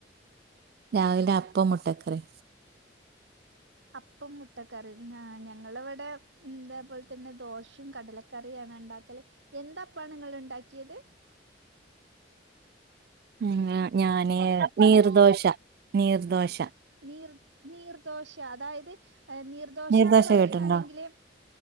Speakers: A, on the right; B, on the right.
A: രാവിലെ അപ്പോം മുട്ടക്കറി
B: അപ്പും മുട്ടക്കറിം ആഹ് ഞങ്ങള് വെടെ ഉം തേപോൽ തന്നെ ദോശിം കടലക്കറിയാണെ ണ്ടാക്കല് എന്താ അപ്പാണ് ഇങ്ങള് ഇ ണ്ടാക്കിയത്?
A: ഉം ഞാന് നീർദോശ നീർദോശ
B: നീർ നീർദോശ അതായത് ഏഹ് നീർദോശാന്ന്
A: നീർദോശ
B: പറയണാണെങ്കില്
A: കേട്ടുണ്ടോ